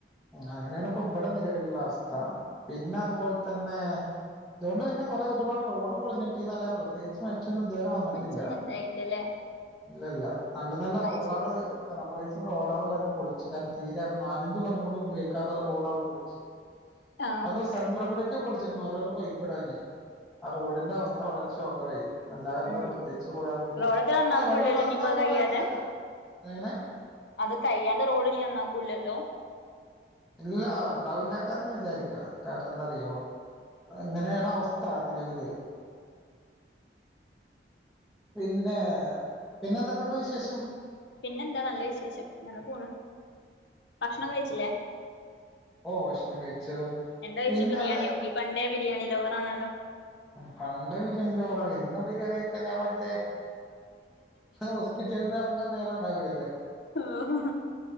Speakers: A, in the centre; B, on the left.
A: ആഹ് അങ്ങനാണ് പ്പം ഇവടെ നിലവിലുള്ള അവസ്ഥ പിന്നെ അതുപോൽ തന്നെ ഇതോണ്ട് പിന്നെ കൊറെ ഒരുപാട് റോഡ് പൊളിഞ്ഞിട്ടിന്നല്ല പ്രത്യേകിച്ച് മെച്ചെ <unintelligible> ഇതുവരെ വന്നിട്ടില്ല
B: മെച്ചൊന്നും ഇണ്ടായില്ലല്ലേ
A: ഇല്ല ല്ല നല്ല നല്ല
B: അത്
A: റോഡാള്
B: ശരി
A: റബ്ബറയ് <unintelligible> റോഡാൾ വരെ പൊൾച്ചു കാരണം തീരെ നാലഞ്ച് കൊല്ലം കൂടി ഉപയോഗിക്കാതെ റോഡാള് പൊൾച്ച്
B: ആഹ്
A: അത് സെണ്ട്രകൂടെക്കെ പൊൾച്ചിർ ക്ക്ണെ ഓരോരോ പൈപ്പിടാനേ ആ റോഡിന്റെ അവസ്ഥ വളരെ ശോകമായി അല്ലാതെന്താ
B: ഉം
A: പ്രത്യേകിച്ച് ഉപകാരം കിട്ടില്ല
B: റോഡൊക്കെ നന്നാക്കൂല്ലല്ലോ
A: അല്ല വെള്ളം വന്ന
B: ഇനിയിപ്പോ
A: ഉപകാരം
B: അത് കഴിയാതെ
A: തന്നെക്കരം എങ്ങനെ
B: അത് കഴിയാതെ റോഡിനി നന്നാക്കൂല്ലല്ലോ
A: ഇല്ല ഉണ്ടാവില്ലകാരന്ന് വിചാരിക്ക കാരണം എന്താറിയോ അങ്ങനെയണ് അവസ്ഥ നിലവിൽ പിന്നെ പിന്നെന്തൊക്കെയുണ്ട് വിശേഷം
B: പിന്നെന്താ നല്ല വിശേഷം അങ്ങനെ പോണ് ഭക്ഷണമോക്കെ കഴിച്ചില്ലേ?
A: ഓ ഭക്ഷണം കഴിച്ചു
B: എന്താ കഴച്ചത്
A: പിന്നെ
B: ബിരിയാണിയോ
A: അതെ
B: ഈ പണ്ടേ ബിരിയാണി ലൗവറാണല്ലോ
A: പണ്ട് ബിരിയാണി ലൗവറോക്കെ ഇന്ന്‌ ബിരിയാണിക്കെ ഞാൻ മറ്റേ ഹോസ്പിറ്റലിന് ഇറങ്ങാൻ നേരം ഉണ്ടാവില്ലല്ലോ
B: ഓഹ്